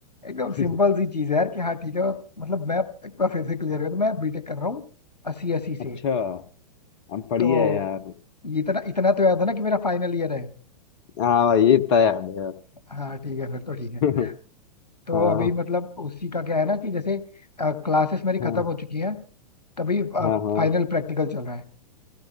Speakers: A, on the left; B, on the left.
A: एकदम सिंपल
B: <laughs>
A: सी चीज है यार कि हाँ ठीक है मतलब मैं एक बार फिर से क्लियर कर दूं मैं बीटेक कर रहा हूँ अस्सी अस्सी से
B: अच्छा हम बढ़िया
A: तो
B: है यार
A: ये इतना इतना तो याद है ना कि मेरा फाइनल ईयर है
B: हाँ भाई ये तो याद है यार
A: हाँ ठीक है फिर तो ठीक है
B: <laughs>
A: तो
B: हाँ
A: अभी मतलब उसी का क्या है ना कि जैसे क्लासेस मेरी खत्म
B: हाँ
A: हो चुकी हैं तभी फाइनल
B: हाँ हाँ
A: प्रैक्टिकल चल रहा है